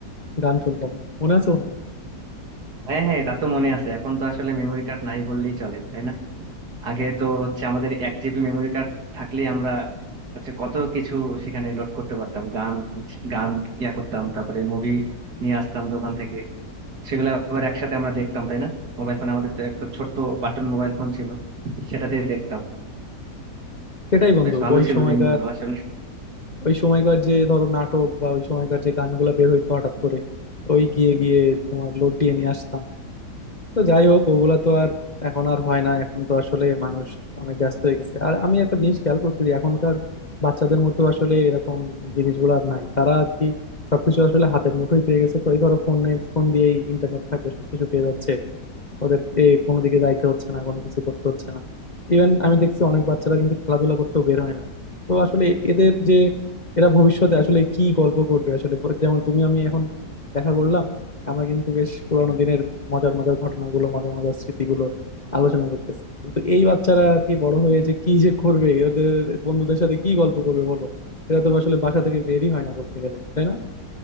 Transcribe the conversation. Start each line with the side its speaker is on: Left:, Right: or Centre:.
Left: গান শুনতাম মনে আছে বন্ধু
Right: হ্যাঁ হ্যাঁ তা তো মনে আছে এখন তো আসলে মেমোরি কার্ড নাই বললেই চলে তাই না আগে তো হচ্ছে আমাদের এক জিবি মেমোরি কার্ড থাকলেই আমরা হচ্ছে কত কিছু সেখানে লোড করতে পারতাম গান গান ইয়া করতাম তারপরে মুভি নিয়ে আসতাম দোকান থেকে সেগুলো আবার একসাথে আমরা দেখতাম তাই না মোবাইল ফোন আমাদের তো একটা ছোট্ট বাটন মোবাইল ফোন ছিল সেটাতে দেখতাম
Left: সেটাই বন্ধু
Right: বেশ ভালো
Left: ওই
Right: ছিল
Left: সময়কার
Right: দিনগুলো আসলে
Left: ওই সময়কার যে ধরো নাটক বা ওই সময়কার যে গানগুলা বের হইতো হঠাৎ করে ওই গিয়ে গিয়ে তোমার লোড দিয়ে নিয়ে আসতাম তো যাই হোক ওগুলা তো আর এখন আর হয় না এখন তো আসলে মানুষ অনেক ব্যস্ত হয়ে গেছে আর আমি একটা জিনিস খেয়াল করছি যে এখনকার বাচ্চাদের মধ্যে আসলে এরকম জিনিসগুলো আর নাই তারা আর কি সবকিছু আসলে হাতের মুঠোয় পেয়ে গেছে তো এই ধরো ফোনে ফোন দিয়েই ইন্টারনেট থাকে সবকিছু পেয়ে যাচ্ছে ওদের এ কোনো দিকে যাইতে হচ্ছে না কোনো কিছু করতে হচ্ছে না ইভেন আমি দেখছি অনেক বাচ্চারা কিন্তু খেলাধুলা করতেও বের হয় না তো আসলে এদের যে এরা ভবিষ্যতে আসলে কি গল্প করবে আসলে ব- যেমন তুমি আমি এখন দেখা করলাম আমরা কিন্তু বেশ পুরানো দিনের মজার মজার ঘটনাগুলো মজার মজার স্মৃতিগুলো আলোচনা করতেছি কিন্তু এই বাচ্চারা আর কি বড় হয়ে যে কি যে করবে ওদের বন্ধুদের সাথে কি গল্প করবে বলো এরা তো আসলে বাসা থেকে বেরই হয় না বলতে গেলে তাই না